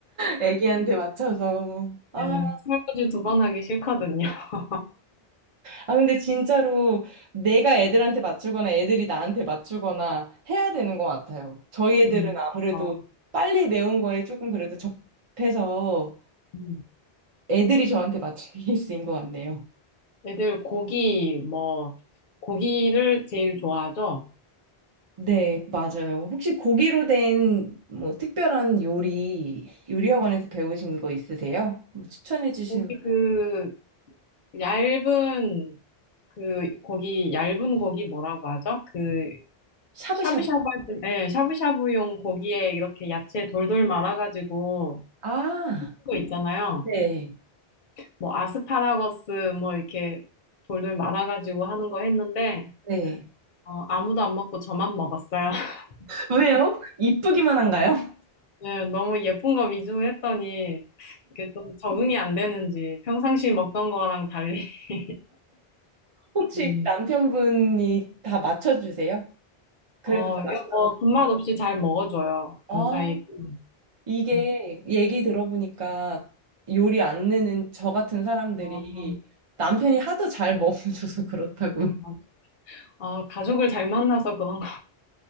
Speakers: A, on the right; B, on the left.
A: 애기한테 맞춰서. 아,
B: 네, 설거지 두 번 하기 싫거든요. <laughs>
A: 아, 근데 진짜로 내가 애들한테 맞추거나 애들이 나한테 맞추거나 해야 되는 것 같아요. 저희 애들은
B: 음,
A: 아무래도
B: 어,
A: 빨리 매운 거에 조금 그래도 접해서
B: 음.
A: 애들이 저한테 맞추는 케이스인 <laughs> 것 같네요.
B: 애들 고기 뭐 고기를 제일 좋아하죠.
A: 네, 맞아요. 혹시 고기로 된 뭐 특별한 요리, 요리학원에서 배우신 거 있으세요? 뭐 추천해 주실
B: 고기
A: 만-
B: 그 얇은 그 고기 얇은 고기 뭐라고 하죠? 그
A: 샤브샤브.
B: 샤브샤브 할 때, 예, 샤브샤브용 고기에 이렇게 야채 돌돌 말아가지고
A: 아,
B: 하는 거 있잖아요.
A: 네.
B: 뭐 아스파라거스 뭐 이렇게 돌돌 말아가지고 하는 거 했는데
A: 네.
B: 어, 아무도 안 먹고 저만 먹었어요. <laughs>
A: 왜요? 이쁘기만 한가요? <laughs>
B: 예, 너무 예쁜 거 위주로 했더니 이게 좀 적응이 안 되는지 평상시 먹던 거랑 달리 <laughs>
A: 혹시
B: 음,
A: 남편분이 다 맞춰주세요? 그래도
B: 어,
A: 다 맛있다고
B: 이거 뭐
A: 보세요?
B: 군맛 없이 잘 먹어줘요.
A: 아,
B: 감사히. 음,
A: 이게
B: 음.
A: 얘기 들어보니까 요리 안 내는 저 같은 사람들이
B: 어,
A: 남편이 하도 잘 먹어줘서 그렇다고
B: 음, 음. 어, 가족을 잘 만나서 그런 거,